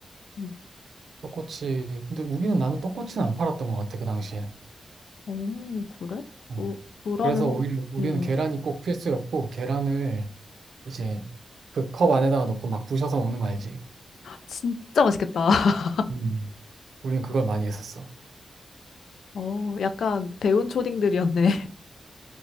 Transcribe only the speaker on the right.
떡꼬치. 근데 우리는 나는 떡꼬치는 안 팔았던 것 같아, 그 당시에.
어.
그래서 오히려
우리는
계란이 꼭 필수였고, 계란을 이제 그 컵 안에다가 넣고 막 부셔서 먹는 거 알지?
음. 우리는 그걸 많이 했었어.